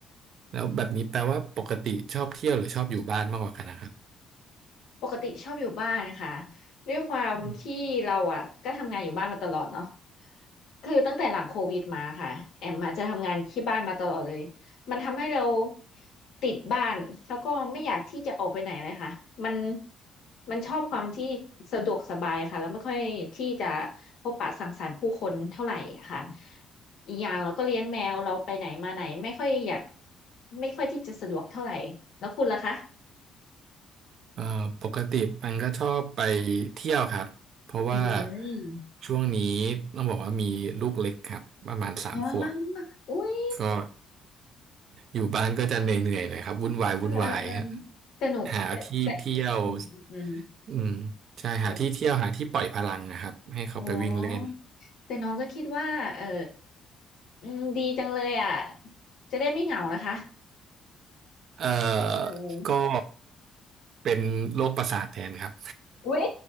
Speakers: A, on the right; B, on the left.
A: แล้วแบบนี้แปลว่าปกติชอบเที่ยวหรือชอบอยู่บ้านมากกว่ากันนะครับ
B: ปกติชอบอยู่บ้านนะคะด้วยความที่เราอ่ะก็ทำงานอยู่บ้านมาตลอดเนาะ
A: อ
B: คือตั้งแต่หลังโควิดมาค่ะแอมมาจจะทำงานที่บ้านมาตลอดเลยมันทำให้เราติดบ้านแล้วก็ไม่อยากที่จะออกไปไหนเลยค่ะมันมันชอบความที่สะดวกสบายค่ะแล้วไม่ค่อยที่จะพบปะสังสรรค์ผู้คนเท่าไหร่อะค่ะอีกอย่างเราก็เลี้ยงแมวเราไปไหนมาไหนไม่ค่อยอยากไม่ค่อยที่จะสะดวกเท่าไหร่แล้วคุณล่ะคะ
A: เอ่อปกติมันก็ชอบไปเที่ยวครับเพราะว่า
B: อืม
A: ช่วงนี้ต้องบอกว่ามีลูกเล็กครับประมาณสามขวบ
B: อ่าอุ้ย
A: ก็ อยู่บ้านก็จะเหนื่อยๆหน่อยครับวุ่นวายวุ่นวายฮะ
B: เออเออเออสนุกแต่แต่
A: หาที่เที่ยว
B: อืมอืมอืม
A: อืมใช่หาที่เที่ยวหาที่ปล่อยพลังนะครับให้เขาไปวิ่งเล่น
B: แต่อ๋อแต่น้องก็คิดว่าเอออืมดีจังเลยอ่ะ จะได้ไม่เหงานะคะ
A: เอ่อก็
B: เออ
A: เป็นโรคประสาทแทนครับ
B: อุ้ย